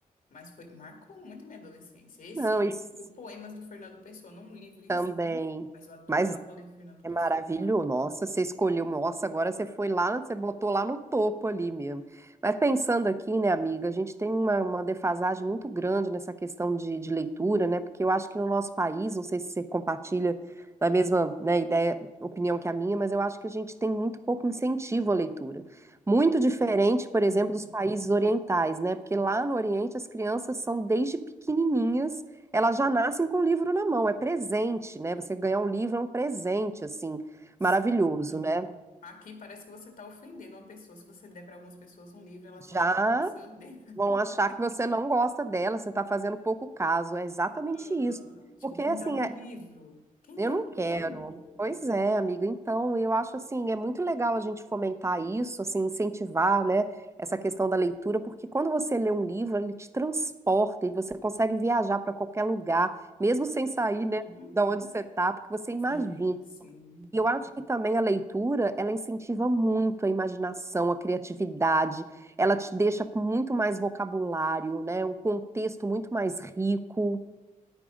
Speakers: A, on the left (about 75°); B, on the right (about 20°).
A: mas foi, marcou muito minha adolescência. Esse,
B: Não, isso.
A: tipo, poemas do Fernando Pessoa, não um livro em
B: Também.
A: si, mas eu adorava
B: Mas
A: ler Fernando
B: é
A: Pessoa,
B: maravilhoso.
A: sabe?
B: Nossa, você escolheu. Nossa, agora você foi lá, você botou lá no topo ali mesmo. Mas pensando aqui, né, amiga, a gente tem uma, uma defasagem muito grande nessa questão de, de leitura, né? Porque eu acho que no nosso país, não sei se você compartilha da mesma, né, ideia, opinião que a minha, mas eu acho que a gente tem muito pouco incentivo à leitura. Muito diferente, por
A: Hum,
B: exemplo, dos países orientais, né? Porque lá no Oriente as crianças são desde pequenininhas elas já nascem com o livro na mão, é presente, né? Você ganhar um livro é um presente, assim,
A: sim.
B: maravilhoso, né?
A: Aqui parece que você está ofendendo uma pessoa. Se você der para algumas pessoas um livro, elas
B: Já
A: vão achar que você odeia.
B: vão achar que você não gosta dela, você está fazendo pouco caso, é exatamente
A: Aham.
B: isso.
A: Tipo,
B: Porque,
A: quem
B: assim,
A: dá um
B: é-
A: livro? Quem
B: eu
A: dá
B: não
A: um
B: quero.
A: livro?
B: Pois é, amiga, então eu acho, assim, é muito legal a gente fomentar isso, assim, incentivar, né, essa questão da leitura, porque quando você lê um livro, ele te transporta e você consegue viajar para qualquer lugar, mesmo sem sair, né,
A: Uhum.
B: da onde você tá, porque você imagina.
A: Sim, sim.
B: E eu acho que também a leitura, ela incentiva muito a imaginação, a criatividade, ela te deixa com muito mais vocabulário, né? Um contexto muito mais rico.